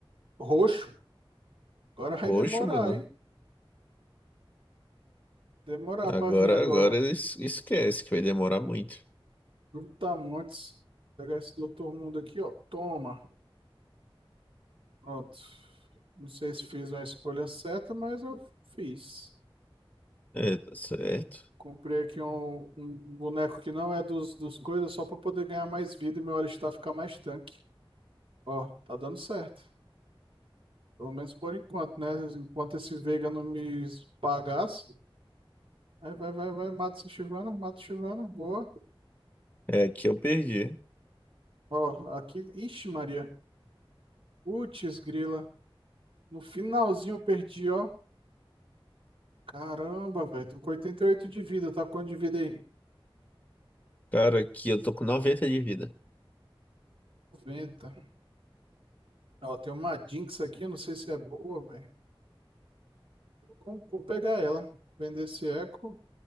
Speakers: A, on the right (about 70°); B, on the left (about 15°).
A: roxo. Agora vai
B: Roxo,
A: demorar,
B: mano.
A: hein? Demorar
B: Agora,
A: pra vir agora.
B: agora es- esquece que vai demorar muito.
A: Brutamontes. Pegar esse Doutor Mundo aqui, ó. Toma. Pronto. Não sei se fiz uma escolha certa, mas eu fiz.
B: É, tá certo.
A: Comprei aqui um, um boneco que não é dos, dos coisas, só pra poder ganhar mais vida e meu Alistar ficar mais tanque. Ó, tá dando certo. Pelo menos por enquanto, né? Enquanto esse Veiga não me pagasse. Aí vai, vai, vai, mata esse Chivano, mata o Chivano, boa.
B: É, que eu perdi.
A: Ó, aqui, ixi, Maria. Putz, grila. No finalzinho eu perdi, ó. Caramba, velho, tô com 88 de vida, tá com quanto de vida aí?
B: Cara, aqui eu tô com noventa de vida.
A: 90. Ó, tem uma Jinx aqui, eu não sei se é boa, velho. Como- Vou pegar ela, vender esse eco,